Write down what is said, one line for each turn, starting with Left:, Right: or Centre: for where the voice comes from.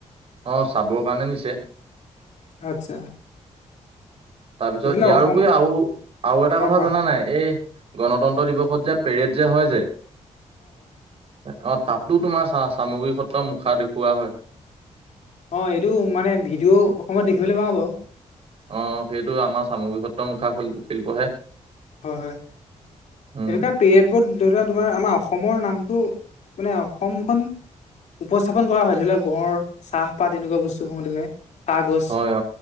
Right: অঁ চাবৰ কাৰণে নিছে।
Left: আচ্ছা।
Right: তাৰপিছত
Left: তেতিয়াহ'লে
Right: ইয়াৰ
Left: অসম
Right: উপৰি আৰু আৰু এটা কথা
Left: অ কোৱা
Right: জানা নাই এই গণতন্ত্ৰ দিৱসত যে পেৰেড যে হয় যে। অ, তাতো তোমাৰ চা - চামগুৰি সত্ৰৰ মুখা দেখুওৱা হয়।
Left: অ, এইটো মানে ভিডিঅ' অসমত দেখিবলে পাও বাৰু।
Right: অ, সেইটো আমাৰ চামগুৰি সত্ৰ মুখা শি শিল্পহে।
Left: হয় - হয়
Right: উম
Left: এনেকুৱাত পেয়েড বোত ধৰি লোৱা তোমাৰ আমাৰ অসমৰ নামটো মানে অসমখন উপস্থাপন কৰা হয় ধৰি লোৱা গঁড় চাহপাত তেনেকুৱা বস্তুসমূহৰে, চাহ গছ।
Right: হয় অ।